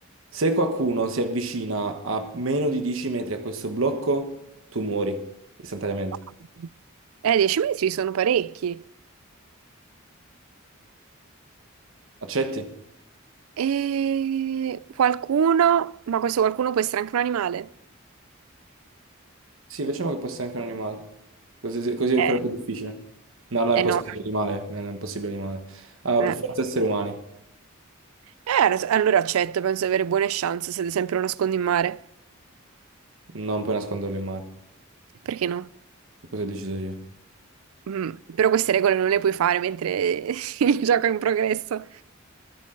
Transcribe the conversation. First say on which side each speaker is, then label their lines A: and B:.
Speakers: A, on the right (about 65°); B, on the right (about 80°).
A: Se qualcuno si avvicina a meno di 10 metri a questo blocco, tu muori istantaneamente.
B: Wow. Eh, 10 metri sono parecchi.
A: Accetti?
B: E qualcuno, ma questo qualcuno può essere anche un animale.
A: Sì, facciamo che possa essere anche un animale. Così, così è ancora
B: Eh,
A: più difficile. No, no,
B: Eh
A: è impossibile
B: no,
A: animale. no, no, È impossibile animale. Allora,
B: Eh.
A: per forza esseri umani.
B: Eh, adesso- allora accetto, penso di avere buone chance se ad esempio lo nascondo in mare.
A: Non puoi nasconderlo in mare.
B: Perché no?
A: Cosa ho deciso io?
B: Mm, però queste regole non le puoi fare mentre <laughs> il gioco è in progresso.